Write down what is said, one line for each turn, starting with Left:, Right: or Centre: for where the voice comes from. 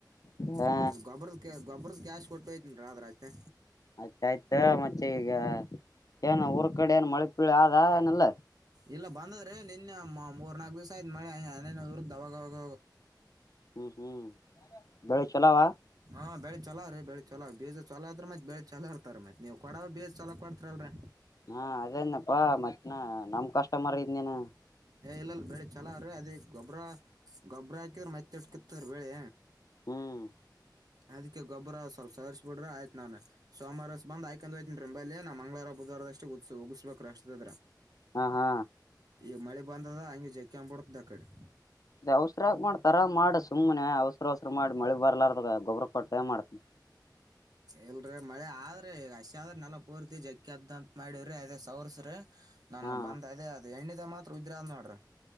Left: ಹಾ
Right: ಹಾಂ ಗೊಬ್ಬದ ಗೊಬ್ಬರದ ಕ್ಯಾಶ್ ಕೊಟ್ಟುೋಯ್ತೀನಿ ರಾ ಆದ್ರೆ ಅಷ್ಟೆ.
Left: ಆಯ್ತ ಆಯ್ತ ಮತ್ತೆ ಈಗ. ಏನ ಊರ್ ಕಡೆ ಏನು ಮಳೆ ಪಳಿ ಆದಏನಲ್ಲ.
Right: ಇಲ್ಲ ಬಂದದ್ರೆ ನಿನ್ನೆ ಮೂರ್ ನಾಕಕ್ ದಿವ್ಸ ಆಯ್ತ್ ಮಳೆ ಇರುದ್ದಾಗಾಗ.
Left: ಹ್ಮ್ ಹ್ಮ್ ಬೆಳಿ ಚಲೋವ
Right: ಹಾ ಬೆಳ ಚಲ ರೆ. ಬೆಳಿ ಚಲ ಬೀಜ ಚಲೋದ್ರ ಮತ್ ಬೆಳೆ ಚಲೋ ಇರ್ತ ಮತ್ ನೀ್ ಕೊಡ ಬೀಜ ಚಲಕ ಕೊಡ್ತಾರಲ್ರಿ.
Left: ಹಾ ಅದೇನಪ್ಪಾ ಮತ್ತನಾ ನಮ್ ಕಷ್ಟ ಮಾಡರ ಇದೇನ.
Right: ಏ ಇಲ್ಲಲ್ ಬೆಳಿ ಚಲ ಅ್ರೀ ಅದ ಗೊಬ್ಬರ ಗೊಬ್ಬ್ರ ಹಾಕಿದ್ರ ಮೈತ್ತ ಇಟ್ ಕತ್ತದೀ ಬೆಳೆ.
Left: ಹ್ಮ್
Right: ಅದಕ್ಕೆ ಗೊಬ್ರ ಸ್ವಪ ಸವರಿಸ್ ಬಿ್ರ ಆಯ್ತ ನು ಸೋಮವಾರಸ್ ಬಂದ್ಯ್ಕ್ ಹಯ್ತೇನ್ ರಂಬಲ್ ನಾ ಮಂಗಲಾ ವಾ ಹಾರದಷ್ಟೇ ಉತ್ಸವ ಉಗಿಸಿಬೇಕು ರಾಷ್ಟ್ರದ ದ್ರ.
Left: ಹಾ ಹಾ.
Right: ಈಗ ಮಳಿ ಬಂದದ ಹಂಗಗೆ ಜಕಂಬ್ಬಿಡತದ ಆ ಕಡೆ.
Left: ಇ ಅವಸರಕ ಮಾಡ್ತರಾ ಮಾಡಿ ಸುಮ್ಮ್ನೆ ಅವಸ್ರ ಹ ಅವಸ್ರ ಮಾಡಿ ಮಳೆ ಬರ್ಲಾರ. ಗೊಬ್ಬರ ಕೊಟ್ಟೆ ಮಾಡ್ತನಿ.
Right: ಎಲ್ರ ಮಳೆ ಆದ್ರೆ ಹೇಗಷ್ಟ. <inaudible> <unintelligible> ಪೂರ್ತಿ ಜಕ್ಕೆ ಅದಂತ ಮಾಡಿರಿ ಅದೇ ಸೋರ್ಸ್ರಿ ನಾನ
Left: ಹಾ
Right: ಬಂದ್ ಅದೇ ಅದು ಎ <unintelligible> ಇದ ಮಾತ್ರ ಉದ್ರಾ ಅದ ನೋಡ್ರ